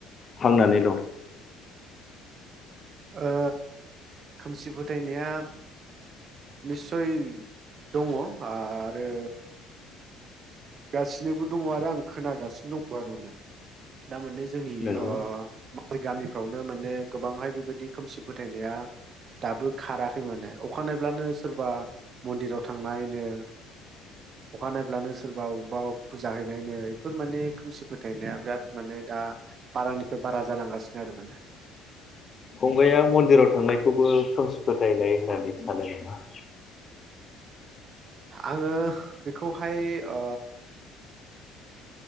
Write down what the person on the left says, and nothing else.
थांनानै दं
नंगौ
फंबाया मन्दिराव थांनायखौबो खोमसि फोथायनाय होननानै सानो नामा